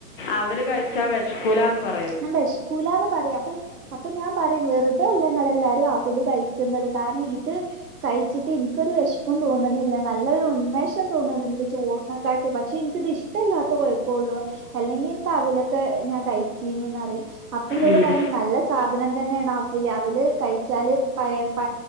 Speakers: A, on the left (about 35°); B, on the right (about 70°).
A: അവല് കഴിച്ചാ വെശക്കൂലാന്ന് പർ
B: ഞ വെശക്കൂലാന്ന് പറയ് അപ്പ അപ്പ ഞാൻ പറയും വെറുതെല്ലങ്ങളെല്ലാരും അവല് കഴി ത്തുന്നത് കാരണം ഇത് കയിച്ചിട്ട് എനിക്കൊരു വിഷ്പം തോന്നണില്ല നല്ലൊരു ഉന്മേഷം തോന്നണണ്ട് ചോർണ്ണ കാട്ടി പക്ഷെ എനിക്കിത് ഇഷ്ട ടല്ലാത്ത കുഴപ്പള്ളൂ. അല്ലെങ്കിനിക്ക് അവിലൊക്കെ ഞാൻ കഴി <unintelligible> അപ്പോന്നോട്
A: ഉം.
B: പറഞ്ഞ നല്ല സാധനം തന്നെയാണ് അവില്. അവില് കയിച്ചാല് പയ പ